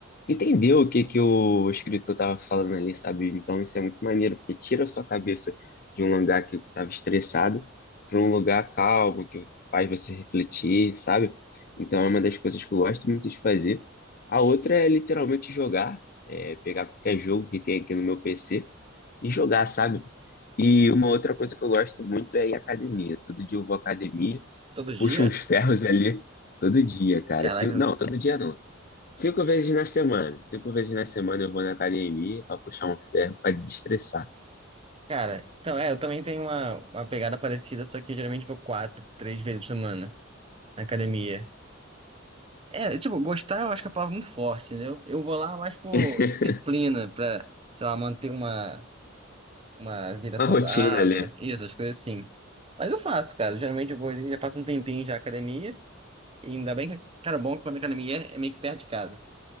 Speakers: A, on the left; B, on the right.
A: entendeu o que que o escritor tava falando ali, sabe? Então isso é muito maneiro, porque tira a sua cabeça de um lugar que estava estressado para um lugar calmo, que faz você refletir, sabe? Então é uma das coisas que eu gosto muito de fazer. A outra é literalmente jogar, é, pegar qualquer jogo que tem aqui no meu PC e jogar, sabe? E uma outra coisa que eu gosto muito é ir à academia. Todo dia eu vou à academia,
B: Todo dia?
A: puxo uns ferros ali todo dia, cara.
B: Caraca.
A: Assim, não, todo dia não. Cinco vezes na semana. Cinco vezes na semana eu vou na academia pra puxar um ferro, pra desestressar.
B: Cara, então é, eu também tenho uma, uma pegada parecida, só que eu geralmente vou quatro, três vezes por semana na academia. É, tipo, gostar eu acho que é a palavra muito forte, entendeu? Eu vou lá mais por
A: <laughs>
B: disciplina, pra, sei lá, manter uma, uma vida
A: Uma
B: saudável,
A: rotina ali.
B: isso, as coisas assim. Mas eu faço, cara. Geralmente eu vou ali, já passo um tempinho já na academia. E ainda bem que, cara, o bom é que quando a academia é, é meio que perto de casa.